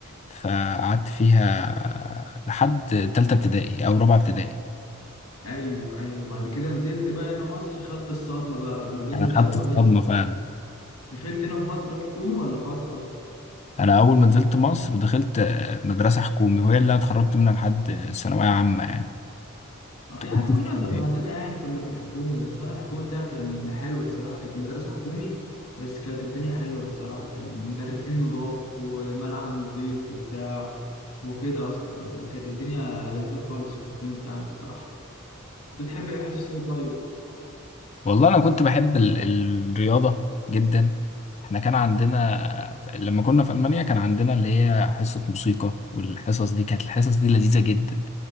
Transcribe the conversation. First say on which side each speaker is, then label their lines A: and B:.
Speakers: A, on the left; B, on the left.
A: فقعدت فيها لحد تالتة ابتدائي او رابعه ابتدائي
B: ايوه ايوه وبعد كده نزلت بقى هنا مصر خدت الصدمة بقى ما بين
A: انا خدت
B: ده وما
A: الصدمه
B: بين ده
A: فعلا
B: دخلت هنا في مصر حكومي ولا خاص اصلا
A: انا اول ما نزلت مصر دخلت آه، مدرسه حكومي وهي اللي انا اتخرجت منها لحد آه، ثانويه عامه يعني
B: آه، يعني
A: كنت
B: كلنا
A: في ابتدائي.
B: زي بعضنا يعني كنا في الحكومي بس انا الحكومي بتاعي كان حلو الصراحه كانت المدرسه حكومي بس كانت الدنيا حلوه الصراحه كان مدرسين نضاف وملعب نضيف وبتاع وكده اصلا كانت الدنيا لذيذه خالص في الحكومي بتاعنا الصراحه كنت بتحب حصص ايه طيب
A: والله انا كنت بحب ال... الرياضه جدا احنا كان عندنا لما كنا في المانيا كان عندنا اللي هي حصه موسيقى والحصص دي كانت الحصص دي لذيذه جدا